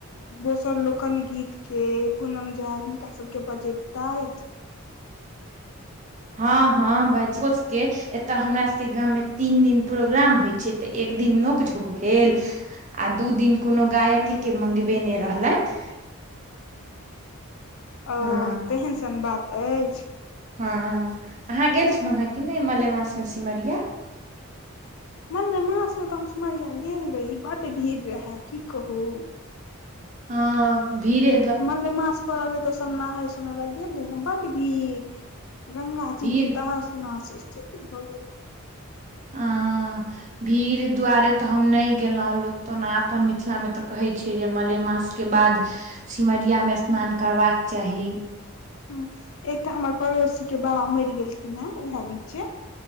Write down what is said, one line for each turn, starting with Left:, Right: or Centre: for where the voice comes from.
Left: दोसर लोकन गीत के पूनम झा हिनका सबके बजैबतैथ
Right: हँ हँ बाजी कोचके <unintelligible> एतय हमरा सबके गाममे तीन दिन प्रोग्राम होइ छै तऽ एक दिन नोक झोक भेल आ दू दिन कोनो गायके
Left: ह
Right: के मंगबे ने रहलैथ
Left: अओ
Right: हँ
Left: तेहन सन बात अछि
Right: हँ अहाँ गेल छलौं हेँ कि नय मलेमासमे सिमरिया
Left: मने मास मे तऽ हम सिमरिया गेल रही बड्ड भीड़ रहै की कहू
Right: ह भीरे
Left: मनेले मास पड़ल रहे तऽ सब नहा सोनाय ल गेल रहे ने बड्ड भीड़ गंगा <unintelligible>
Right: भीड़
Left: कित ह सु न स्थित ब
Right: आ भीड़ दुआारे तऽ हम नय गेलौं लोक तऽना अपन मिथिला मे तऽ कहे छै जे मलेमास के बाद सिमरियामे स्नान करबाक चाही
Left: ह एकटा हमर पड़ोसी के बाबा मैर गेलखिन हे इएहे बीचे